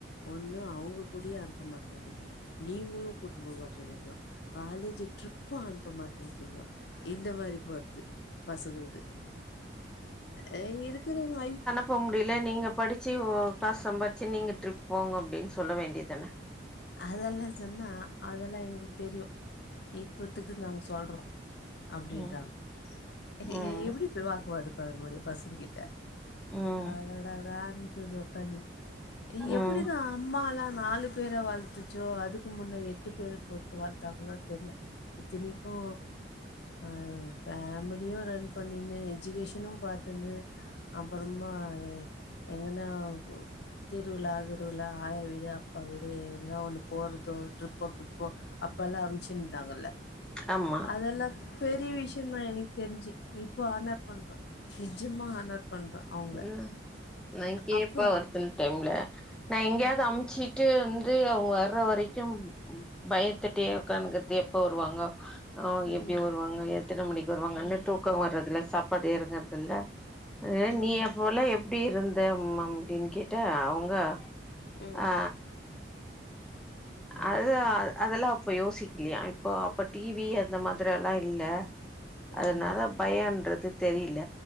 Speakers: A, on the left; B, in the centre.
A: ஒன்னு அவுங்க கூடியே அன்ப்ப மாட்ருகிகோ நீங்குளு கூட்னு போ மாட்ருறீகோ காலேஜூ ட்ரிப்பு அன்ப்ப மாட்டேன்றீங்கோ இந்த மாரிப் போற்த்து பசங்கிள்து அ இருக்கிற வயிஃப்
B: போம்முடில நீங்கப் படிச்சி வ் காசு சம்பாரிச்சு நீங்க ட்ரிப் போங்க அப்டின் சொல்ல வேண்டிதானே
A: அதெல்லா சொன்னா அதெல்லா எங்ளுக் தெரியு இப்போத்துக்கு நாங்க சொல்றோ அப்டின்றாங்
B: ம்
A: எ
B: ம்
A: எப்டி இப்டி வாக்குவாதோ பத முடியு பசங்கிட்ட
B: ம்
A: அடடடடான் இக்குது ஒக்காந்தின்
B: ம்
A: எப்புடிதா ம்மாலா நாலு பேர வள் த்துச்சோ அதுக்கு முன்னா எட்டு பேரு போட்டு வள்த்தாங்ளோத் தெர்ல இத்தினிக்கு அ ஃபேமிலியு ரன் பண்ணினு எஜகேஷனும் பாத்துன்னு அப்பறமா எ எங்கனாவ் திருவிழா கிருவிழா ஆயா விடு அப்பா வீடு எங்கா ஒன்னுப் போறதோ ட்ரிப்போ கிப்போ அப்பெல்லா அம்ச்சுந்தாங்கல்ல
B: ஆமா
A: அதெல்லா பெரிய விஷ்யந்தா எனக் தெரிஞ்சி இப்போ ஆனர்ப் பண்றே நிஜமா ஆனர் பண்றே அவங்கள
B: ம் நாங் கேப்பே
A: அப்ப
B: ஒரு சில டைம்ல நா எங்கியாது
A: அ
B: அம்ச்சிட் ட்டு இந்து அவுங்க வர்ற வரைக்கும் பயத்துட்டே உக்கான்னுகுறது எப்ப வருவாங்கோ ஆ
A: ம்
B: எப்டி வருவாங்க எத்தன மணிக்கு வருவாங்க
A: ம்
B: அன்னேத்தூ க்கோ வரதுல சாப்பாடு எங்கர்துல்ல அது
A: ம்
B: நீ அப்போ எல்லா எப் ப்டி இருந்தே ம்மம் அப்டின் கேட்டா அவுங்கா
A: ம்
B: ஆ
A: ம்
B: அதுதா அதெல்லா அப்ப யோசிக்கிலியா இப்போ அப்ப டி வி அந்த மாதிரி அல்லா இல்ல அதனால
A: ஆமா
B: பயோன்றது தெரில